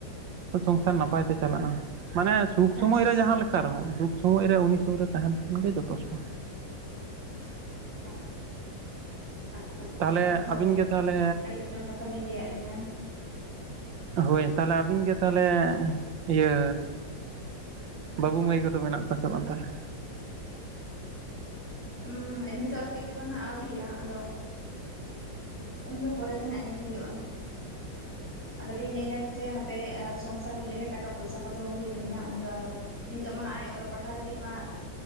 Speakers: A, on the right; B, in the centre.
A: ᱥᱚᱝᱥᱟᱨ ᱱᱟᱯᱟᱭ ᱛᱮ ᱪᱟᱞᱟᱜᱼᱟ᱾ ᱢᱟᱱᱮ ᱥᱩᱠ
B: ᱟᱪᱪᱷᱟ
A: ᱥᱚᱢᱚᱭ
B: ᱟᱪᱪᱷᱟ
A: ᱨᱮ ᱡᱟᱦᱟᱸ ᱞᱮᱠᱟ ᱨᱮᱦᱚᱸ ᱫᱩᱠ ᱥᱚᱢᱚᱭ ᱨᱮ ᱩᱱᱤ ᱥᱩᱨ ᱨᱮ ᱛᱟᱦᱮᱱ ᱠᱷᱟᱱ ᱜᱮ ᱡᱚᱛᱷᱮᱥᱴᱚ᱾
B: <inaudible> <inaudible>
A: ᱛᱟᱦᱚᱞᱮ
B: ᱦᱳᱭ
A: ᱟᱹᱵᱤᱱ ᱜᱮ ᱛᱟᱦᱚᱞᱮ
B: ᱟᱹᱰᱤ ᱫᱟᱢᱟᱱ ᱠᱟᱛᱷᱟ ᱵᱤᱱ ᱞᱟᱹᱭᱟᱫ ᱞᱤᱧᱟᱹ᱾
A: ᱦᱳᱭ ᱛᱟᱦᱚᱞᱮ ᱟᱹᱵᱤᱱ ᱜᱮ ᱛᱟᱦᱚᱞᱮ ᱤᱭᱟᱹ ᱵᱟᱹᱵᱩ ᱢᱟᱹᱭ ᱠᱚᱫᱚ ᱢᱮᱱᱟᱜ ᱠᱚᱣᱟ ᱥᱮ ᱵᱟᱝ ᱛᱟᱦᱚᱞᱮ?
B: ᱦᱩᱸ ᱱᱤᱛᱚᱜᱜ ᱦᱟᱹᱵᱤᱡ ᱛᱮᱫᱚ ᱱᱟᱜ ᱟᱹᱣᱨᱤᱭᱟ ᱟᱫᱚ ᱩᱱ ᱫᱚ ᱯᱚᱨᱮ ᱛᱮ ᱱᱟᱜ ᱧᱮᱞ ᱦᱩᱭᱩᱜᱼᱟ᱾ ᱟᱫᱚᱞᱤᱧ ᱞᱟᱹᱭ ᱮᱫᱟ ᱡᱮ ᱦᱟᱯᱮ ᱥᱚᱝ ᱥᱚᱝᱥᱟᱨ ᱦᱩᱭ ᱞᱮᱜᱮ ᱴᱟᱠᱟ ᱯᱚᱭᱥᱟ ᱠᱚ ᱫᱚᱦᱚ ᱦᱩᱭ ᱞᱮᱜᱮ ᱦᱟᱸᱜ ᱩᱱᱫᱚ ᱟᱫᱚ ᱱᱤᱛᱚᱜ ᱢᱟ ᱟᱡ ᱚᱞᱚᱜ ᱯᱟᱲᱦᱟᱣ ᱞᱟᱹᱜᱤᱫ ᱢᱟᱻ